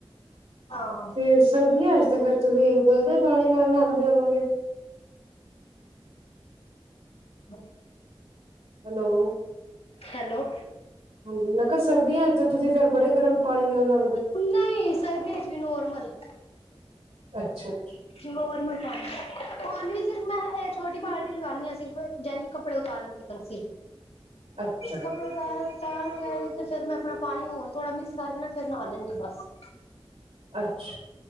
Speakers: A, on the left (about 80°); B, on the right (about 85°).
A: ਹਾਂ
B: ਤੇ ਸਰਦੀਆਂ ਤੇ ਫਿਰ ਤੁਸੀਂ ਉਬਲਦੇ ਪਾਣੀ ਨਾਲ ਨਾਂਉਂਦੇ ਹੋਵੋਗੇ।
A: ਹਾਂ।
B: ਹੈਲੋ।
A: ਹੈਲੋ।
B: ਹਾਂਜੀ ਮੈਂ ਕਿਹਾ ਸਰਦੀਆਂ ਵਿੱਚ ਤੁਸੀਂ ਫਿਰ ਬੜੇ ਗਰਮ ਪਾਣੀ ਨਾਲ ਨਾ
A: ਨਹੀ ਸਰਦੀਆ ਵਿਚ ਵੀ ਨੋਰਮਲ।
B: ਅੱਛਾ-ਅੱਛਾ।
A: ਨੋਰਮਲ ਪਾਨੀ। ਉਹ ਨਾ ਸਿਰਫ ਮੈਂ ਇਹ ਛੋਟੀ ਬਾਲਟੀ ਲਗਾਉਂਦੀ ਹਾਂ। ਸਿਰਫ ਜਾਨੇ ਕਿ ਕੱਪੜੇ ਉਤਾਰਨ ਲਈ।
B: ਅੱਛਾ
A: ਕੱਪੜੇ ਤਾਰ ਵਗੈਰਾ ਫੇਰ ਮੈਂ ਆਪਣਾ ਪਾਣੀ ਹੋਰ ਥੋੜਾ, ਮਿਕਸ ਕਰਕੇ ਨਾ ਫੇਰ ਨਹਾ ਲੈਂਦੀ ਬਸ।
B: ਅੱਛਾ।